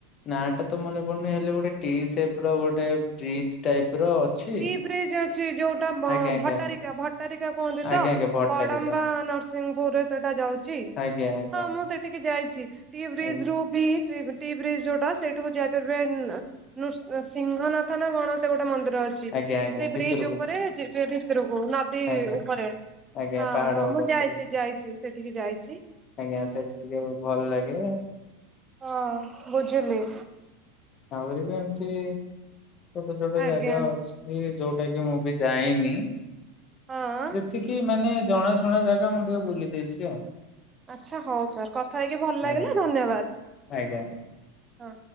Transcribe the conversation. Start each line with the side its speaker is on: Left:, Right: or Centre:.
Left: ନା ଟା ତ ମନେ ପଡୁନି ହେଲେ ଗୋଟେ ଟି ସେପ୍ ର ଗୋଟେ ବ୍ରିଜ୍ ଟାଇପ୍ ର। ଅଛି।
Right: ଟି ବ୍ରିଜ୍ ଅଛି ଯୋଉଟା ଭଟାରିକା
Left: ଆଜ୍ଞା ଆଜ୍ଞା
Right: ଭଟାରିକା କୁହନ୍ତି ତ?
Left: ଆଜ୍ଞା ଆଜ୍ଞା ଭଟ୍ଟାରିକା
Right: ବଡମ୍ବା ନସ୍ ସିଂପୁର୍ ରେ ସେଟା ଯାଉଚି
Left: ଆଜ୍ଞା ଆଜ୍ଞା
Right: ହଁ ମୁଁ ସେଠିକି ଯାଇଚି ଟିକେ ବ୍ରିଜ୍
Left: ଆଜ୍ଞା।
Right: ରୁ ବି ଟି ବ୍ରିଜ୍ ଯୋଉଟା ସେଇଠୁକୁ ଯାଇପାରିବେ ନ୍ରୃ ସିଂହନାଥ ନା କଣ ସେ ଗୋଟେ ମନ୍ଦିର ଅଛି
Left: ଆଜ୍ଞା ଆଜ୍ଞା
Right: ସେଇ
Left: ଭିତରକୁ
Right: ବ୍ରିଜ ଉପରେ ଜେ ଭିତରକୁ ନଦୀ
Left: ଆଜ୍ଞା
Right: ଉପରେ
Left: ଆଜ୍ଞା
Right: ହଁ
Left: ପାହାଡ
Right: ହଁ
Left: ପଛରେ
Right: ମୁଁ ଯାଇଚି ଯାଇଚି ସେଠିକି ଯାଇ ଚି
Left: ଆଜ୍ଞା ସେଇଠି ଟିକେ ଭଲ୍ ଲାଗେ।
Right: ହଁ ବୁଝିଲି।
Left: ଆହୁରି ବି ଏମ୍ତି ଛୋଟ ଛୋଟ ଜାଗା
Right: ଆଜ୍ଞା
Left: ଅଛି। ଏ ଯୋଉଟା କି ମୁଁ ବି ଜାଇନି
Right: ହଁ।
Left: ଯେତିକି ମାନେ ଜଣା ଶୁଣ ଜାଗା ମୁଁ ଟିକେ ବୁଲି ଦେଇଚି ଆଉ।
Right: ଆଚ୍ଛା ହୋଉ ସାର୍ କଥା ହେଇକି ଭଲ ଲାଗିଲା
Left: ଆଜ୍ଞା
Right: ଧନ୍ୟବାଦ
Left: ଆଜ୍ଞା।
Right: ହଁ।